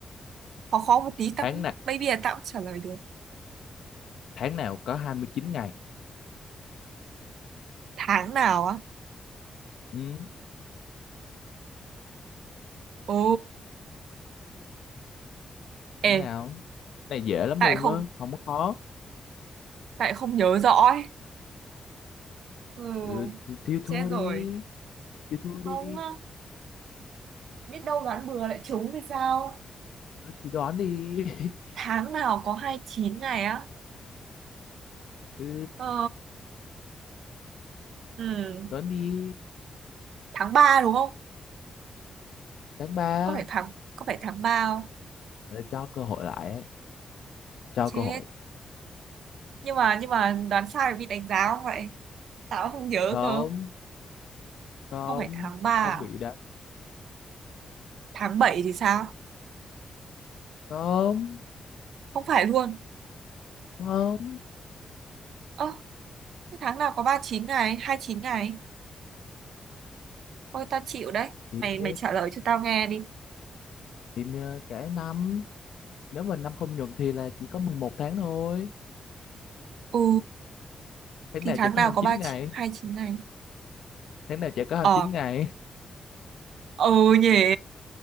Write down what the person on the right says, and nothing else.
Khó khó một tí,
tao cũng,
maybe là tao cũng trả lời được.
Tháng nào á?
Ồ,
ê,
tại
lại không,
tại lại không nhớ rõ ấy. Ừ,
chết rồi.
Không, á, biết đâu đoán bừa lại trúng thì sao?
Tháng nào có 29 ngày á?
Ờ, ừ,
tháng 3 đúng không?
Có phải tháng, có phải tháng 3 không?
Chết.
Nhưng mà, nhưng mà đoán sai bị đánh giá không vậy? Tao không nhớ
cơ.
không phải tháng 3,
à?
tháng 7 thì sao
không phải luôn
ơ cái tháng nào có 39 ngày hai mươi chín ngày ôi tao chịu đấy
mày
mày trả lời cho tao nghe đi
ừ
thì
tháng
nào
có
39
chín hai mươi chín ngày
ờ
ừ nhỉ